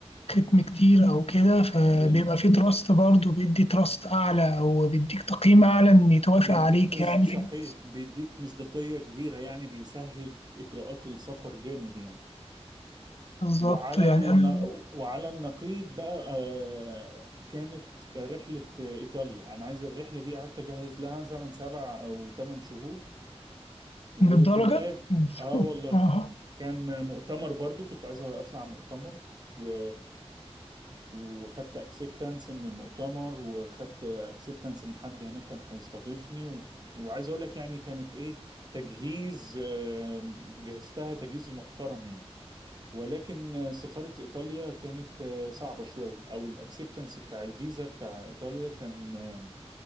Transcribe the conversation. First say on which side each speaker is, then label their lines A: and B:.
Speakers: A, on the left (about 65°); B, on the right (about 40°).
A: ختم كتير او كده فبيبقى
B: بي
A: فيه تراست برضه بيدي تراست اعلى او بيديك تقييم اعلى ان يتوافق
B: بيديك
A: عليك
B: مز
A: يعني
B: صحيح بيديك مصداقية كبيرة يعني بيسهل إجراءات السفر جامد يعني
A: بالظبط
B: وعلى
A: يعني
B: الن...
A: انا
B: وعلى النقيض بقى آه كانت رحلة إيطاليا أنا عايز الرحلة دي قعدت أجهز لها مثلا سبع أو ثمان شهور وفي
A: من الدرجة
B: الآخر
A: <laughs>
B: آه والله
A: اه
B: كان مؤتمر برضو كنت عايز اطلع مؤتمر و وخدت اكسبتنس من المؤتمر وخدت اكسبتنس من حد هناك كان هيستضيفني و... وعايز اقول لك يعني كانت ايه تجهيز آم، جهزتها تجهيز محترم يعني ولكن آه، سفارة ايطاليا كانت آه، صعبة شوية او الاكسبتنس بتاع الفيزا بتاع ايطاليا كان آه،